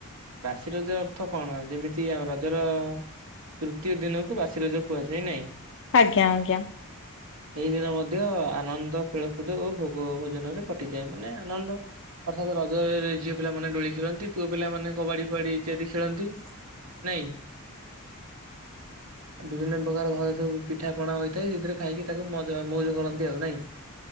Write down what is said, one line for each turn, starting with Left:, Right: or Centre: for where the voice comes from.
Right: ବାସି ରଜ ଅଥ କଣ ଯେମିତି ଆ, ରଜର ତୃତୀୟ ଦିନକୁ ବାସି ରଜ କୁହାଯାଏ ନାଇଁ?
Left: ଆଜ୍ଞା, ଆଜ୍ଞା।
Right: ଏଇ ଦିନ ମଧ୍ୟ ଆନନ୍ଦ ଖେଳକୁଦ ଓ ଭୋଗ ଭୋଜନରେ କଟିଯାଏ, ମାନେ ଆନନ୍ଦ ଅର୍ଥାତ୍ ରଜରେ ଝିଅ ପିଲାମାନେ ଡୋଳି ଖେଳନ୍ତି, ପୁଅ ପିଲାମାନେେ କବାଡି ଫବାଡି ଇତ୍ୟାଦି। ଖେଳନ୍ତି ନାଇଁ?
Left: ଆ।
Right: ବିଭିନ୍ନ ପ୍ରକାର ଘରେ ସବୁ ପିଠା ପଣା ହୋଇଥାଏ ସେଥିରେ ଖାଇକି ତାକୁ ମଜା ମଉଜ କରନ୍ତି ଆଉ, ନାଇଁ?